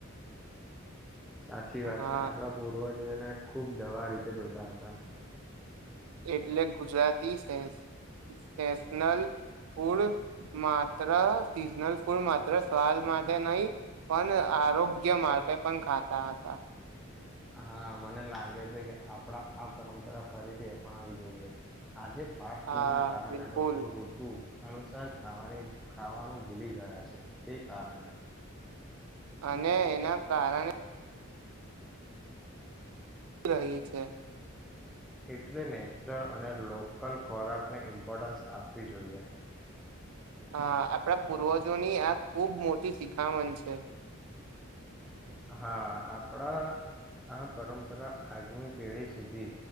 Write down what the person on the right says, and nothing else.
હા
એટલે ગુજરાતી સશનલ ફૂડ માત્ર સિઝનલ ફૂડ માત્ર સ્વાદ માટે નહી પણ આરોગ્ય માટે પણ ખાતા હતા
હા
બિલકુલ
અને એના કારણે રહી છે
હા આપણા પૂર્વજોની આ ખૂબ મોટી શિખામણ છે